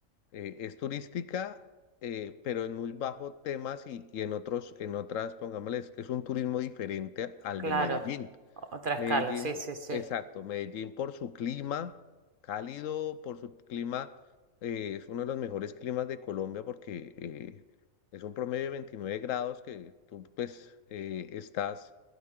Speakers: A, on the left (about 75°); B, on the right (about 40°).
A: eh, es turística, eh, pero en muy bajo temas y, y en otros, en otras, pongámosles, es un turismo diferente a- al
B: Claro,
A: de Medellín.
B: otra escala,
A: Medellín,
B: sí, sí, sí.
A: exacto, Medellín por su clima cálido, por su clima, eh, es uno de los mejores climas de Colombia porque eh, es un promedio de 29 grados que tú pues eh, estás